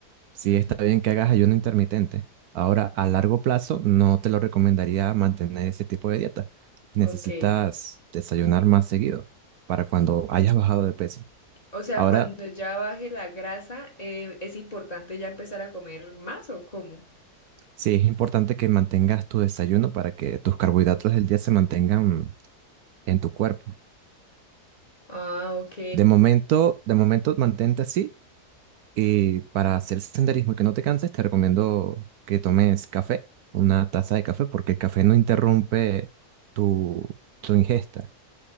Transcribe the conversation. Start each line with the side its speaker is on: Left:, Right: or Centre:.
Right: sí
Left: Ujú,
Right: está bien que hagas ayuno intermitente. Ahora, a largo plazo, no te lo recomendaría mantener ese tipo de dieta. Necesitas
Left: Ok.
Right: desayunar más seguido para cuando hayas bajado de peso.
Left: O sea,
Right: Ahora,
Left: cuando ya baje la grasa, eh, ¿es importante ya empezar a comer más o cómo?
Right: Sí, es importante que mantengas tu desayuno para que tus carbohidratos del día se mantengan en tu cuerpo.
Left: Ah, ok.
Right: De momento, de momento mantente así y para hacer senderismo y que no te canses, te recomiendo que tomes café, una taza de café, porque el café no interrumpe tu, tu ingesta,